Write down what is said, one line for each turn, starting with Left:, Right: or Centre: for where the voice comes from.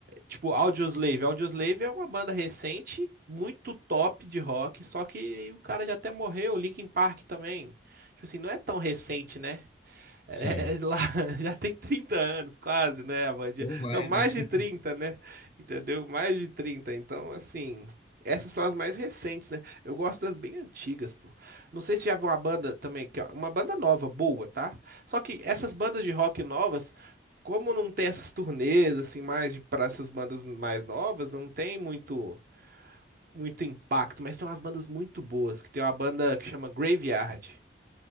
Right: Tipo, Audioslave. Audioslave é uma banda recente, muito top de rock, só que o cara já até morreu, Linkin Park também. Tipo assim, não é tão recente, né? É,
Left: Sim.
Right: é lá <laughs> já tem 30 anos, quase, né, a bandinha?
Left: Ou mais,
Right: Não, mais
Left: né? <laughs>
Right: de trinta né? Entendeu? Mais de trinta Então, assim, essas são as mais recentes, né? Eu gosto das bem antigas, pô. Não sei se já viu uma banda também, que é uma banda nova, boa, tá? Só que essas bandas de rock novas, como não tem essas turnês, assim, mais de, para essas bandas mais novas, não tem muito, muito impacto, mas tem umas bandas muito boas, que tem uma banda que chama Graveyard.